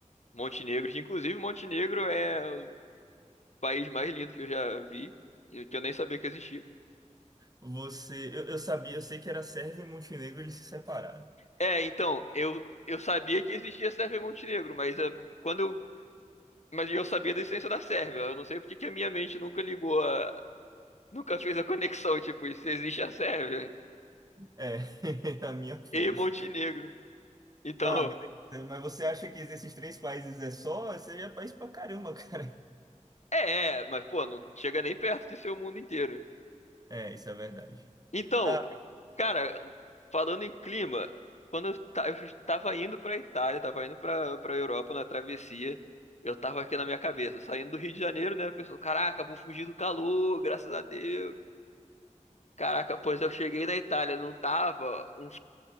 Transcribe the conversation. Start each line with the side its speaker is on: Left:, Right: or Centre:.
Left: Montenegro, que inclusive Montenegro é o país mais lindo que eu já vi, e que eu nem sabia que existia.
Right: Você, eu, eu sabia, eu sei que era Sérvia e Montenegro, eles se separaram.
Left: É, então, eu eu sabia que existia Sérvia e Montenegro, mas ah, quando eu Mas eu sabia da existência da Sérvia. Eu não sei porque que a minha mente nunca ligou a... Nunca fez a conexão, tipo, se existe a Sérvia
Right: É, <laughs> a minha fez.
Left: e Montenegro. Então,
Right: Tá, beleza. Mas você acha que esses três países é só? Você já é país pra caramba, <laughs> cara.
Left: é, é, mas pô, não chega nem perto de ser o mundo inteiro.
Right: É, isso é verdade.
Left: Então,
Right: Tá.
Left: cara, falando em clima, quando eu, ta- eu tava indo pra Itália, tava indo pra, pra Europa na travessia, eu tava aqui na minha cabeça, saindo do Rio de Janeiro, né? A pessoa, caraca, vou fugir do calor, graças a Deus. Caraca, pois eu cheguei na Itália, não tava um